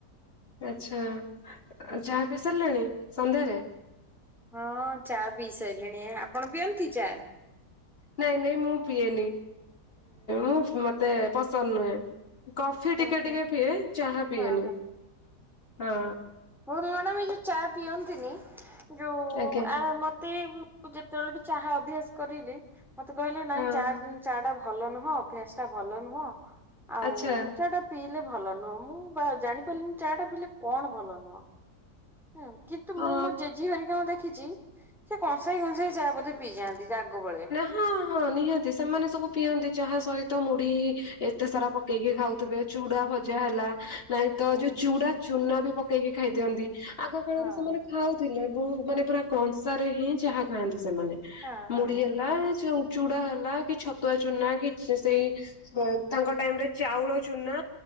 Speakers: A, on the left; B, in the centre.
A: ଆଛା ଚାହା ପିଇ ସାରଲେଣି ସନ୍ଧ୍ୟାରେ?
B: ହଁ ଚା ପିଇ ସାଇଲିଣି। ଆପଣ ପିଅନ୍ତି ଚା?
A: ନାଇଁ ନାଇଁ ମୁଁ ପିଏନି ମୁଁଫ୍ ମତେ ପସନ୍ଦ ନୁହେଁ। କଫି
B: ହଁ
A: ଟିକେ ଟିକେ
B: ହଁ
A: ପିଏ ଚାହା ପିଏନି
B: ହଁ
A: ହଁ।
B: ହୋର ମ୍ୟାଡ଼ାମ୍ ଇଏ ଚା ପିଅନ୍ତିନି। ଯୋଉ
A: ଆଜ୍ଞା
B: ଆ ମତେ ମୁଁ ଯେତୋଳେ ବି ଚାହା ଅଭ୍ୟାସ କରିଲି ମତେ କହିଲେ ନାଇଁ
A: ହଁ
B: ଚା ଚା ଟା ଭଲ ନୁହଁ। ଅଭ୍ୟାସ ଟା ଭଲ ନୁହଁ। ଆଉ
A: ଆଚ୍ଛା
B: ଚା ଟା ପିଇଲେ ଭଲ ନୁହଁ। ମୁଁ ବା ଜାଣିପାରିଲିନି ଚା ଟା ପିଇଲେ କଣ ଭଲ ନୁହଁ। ହୁଁ କିନ୍ତୁ ମୁଁ
A: ଅ
B: ମୋ ଜେଜି ହେରିିକାଙ୍କୁ ଦେଖିଚି ସେ କଂସାଏ କଂସାଏ ଚା ବୋଧେ ପିଇଯାଆନ୍ତି ଆଗ ବେଳେ।
A: ହୁଁ ହଁ ନିହାତି ସେମାନେ ସବୁ ପିଅନ୍ତି ଚାହା ସହିତ ମୁଢି ଏତେ ସାରା ପକେଇକି ଖାଉଥିବେ। ଚୁଡା ଭଜା ହେଲା ନାଇଁ ତ
B: ହଁ
A: ଯୋଉ ଚୁଡା ଚୁନା ବି ପକେଇକି ଖାଇ ଦିଅନ୍ତି। ଆଗ କାଳରେ
B: ହଁ
A: ସେମାନେ ଖାଉ ଥିଲେ ବୁଁ ମାନେ ପୁରା କଂସାରେ ହିଁ ଯାହା ଖାଆନ୍ତି ସେମାନେ।
B: ହଁ ହଁ
A: ମୁଢି ହେଲା ଯେଉଁ ଚୁଡା ହେଲା କି ଛତୁଆ ଚୁନା କି ସେଇ କ୍ୱେ ତାଙ୍କ ଟାଇମରେ ଚାଉଳ ଚୁନା